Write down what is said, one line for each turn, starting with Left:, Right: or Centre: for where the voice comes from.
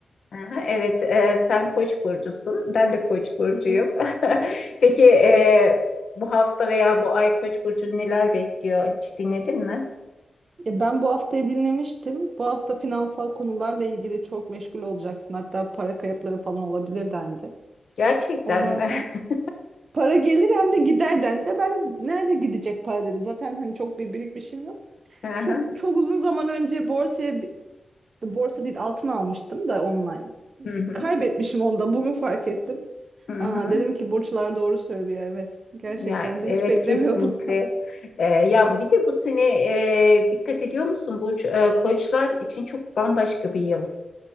Left: Aha, evet, e, sen Koç burcusun. Ben de Koç burcuyum.
Right: Hı hı.
Left: <laughs> Peki e, bu hafta veya bu ay Koç burcunu neler bekliyor? Hiç dinledin mi?
Right: Ya ben bu haftayı dinlemiştim. Bu hafta finansal konularla ilgili çok meşgul olacaksın. Hatta para kayıpları falan olabilir dendi.
Left: Gerçekten
Right: Ondan
Left: mi?
Right: sonra
Left: <laughs>
Right: para gelir hem de gider dendi de ben de nerede gidecek para dedim. Zaten hani çok bir birikmişim yok.
Left: Aha,
Right: Çok çok uzun zaman önce borsaya bi- borsa değil altın almıştım da online.
Left: Hı hı.
Right: Kaybetmişim onu da bugün fark ettim.
Left: Hı hı.
Right: Aa, dedim ki burçlar doğru söylüyor evet. Gerçekten
Left: Yani
Right: de
Left: evet
Right: hiç beklemiyordum.
Left: kesinlikle.
Right: <laughs>
Left: Ee, ya bir de bu sene e, dikkat ediyor musun bu Ee, koçlar için çok bambaşka bir yıl.